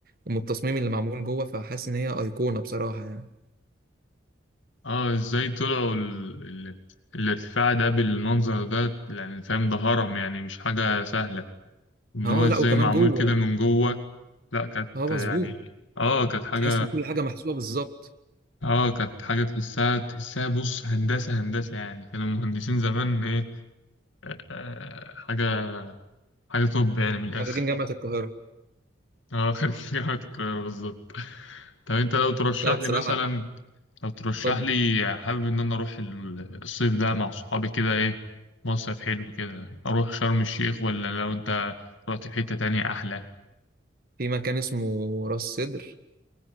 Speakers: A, on the right (about 45°); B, on the left (about 80°).
A: ومن التصميم اللي معمول جوه فحاسس إن هي أيقونة بصراحة يعني
B: اه ازاي طلعوا ال... ال... الارتفاع ده بالمنظر ده يعني فاهم ده هرم يعني مش حاجة سهلة ان
A: اه
B: هو ازاي
A: لا وكمان
B: معمول
A: جوه
B: كده من جوه لا كانت
A: اه مظبوط
B: يعني اه كانت حاجة
A: تحس إن كل حاجة محسوبة بالظبط
B: اه كانت حاجة تحسها تحسها بص هندسة هندسة يعني كانوا مهندسين زمان ايه آه حاجة حاجة توب يعني من الآخر
A: خريجين جامعة القاهرة
B: اه خريج <laughs> جامعة القاهرة بالظبط طب انت لو ترشح
A: لا بصراحة
B: لي مثلا لو ترشح
A: اتفضل
B: لي حابب ان انا اروح ال- الصيف ده مع صحابي كده ايه مصيف حلو كده اروح شرم الشيخ ولا لو انت رحت في حتة تانية احلى
A: في مكان اسمه راس سدر